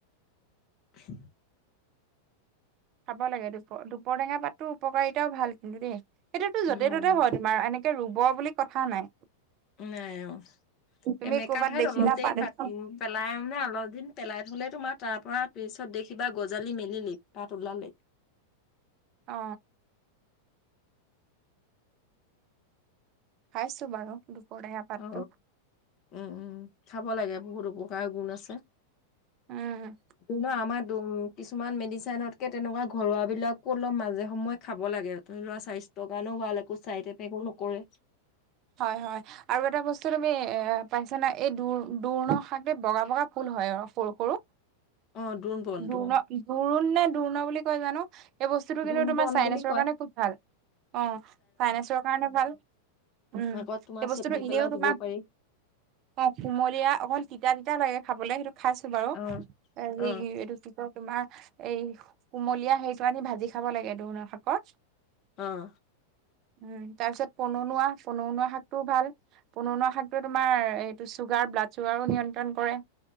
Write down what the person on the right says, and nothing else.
খাব লাগে দুপ দুপৰ টেঙা পাতটো উপকাৰিতাও ভাল কিন্তু দেই সেইটোতো
য'তে ত'তে হয় তুমাৰ এনেকে ৰুব বুলি কথা নাই
তুমি
কৰ'বাত
দেখিলা
এখন
অ খাইছো বাৰু দুপৰটেঙা পাতটো
উম
হয় হয় আৰু এটা বস্তু তুমি এ পাইছানা এই দু দোৰ্ণ শাক বগা বগা ফুল হয় অ সৰু সৰু
দূৰ্ণ দোৰোণ নে দুৰ্ণ বুলি কয় জানো এই বস্তুটো কিন্তু
তোমাৰ
চাইনেছৰ
কাৰণে খুব ভাল অ চাইনেছৰ কাৰণে ভাল উম
সে
বস্তুটো
এনেইও
তোমাক
অ কুমলীয়া অকল তিতা তিতা লাগে খাবলে সেইটো খাইছো বাৰু
এ
হেৰি তোমাৰ এই কুমলীয়া হেটো আনি ভাজি খাব লাগে দুৰ্ন শাকত।
উ তাৰ পিছত পননৌৱা পননৌৱা শাকটোও ভাল পননৌবা শাকটো তোমাৰ এইটো চুগাৰ। ব্লাড চুগাৰো নিয়ন্ত্ৰণ কৰে।